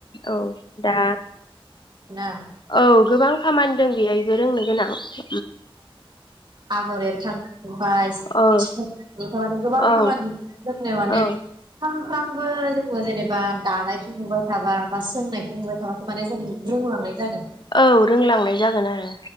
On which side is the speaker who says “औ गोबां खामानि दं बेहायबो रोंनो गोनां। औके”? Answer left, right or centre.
Left